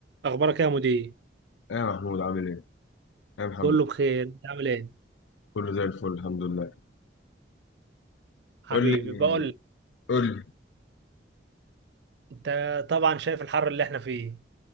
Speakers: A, on the right; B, on the left.
A: اخبارك يا مدير
B: ايه يا محمود عامل ايه؟ ايه يا محمد؟
A: كله بخير انت عامل ايه
B: كله زي الفل الحمد لله.
A: حبيبي
B: قول لي
A: بقول لك،
B: قول لي
A: انت طبعا شايف الحر اللي احنا فيه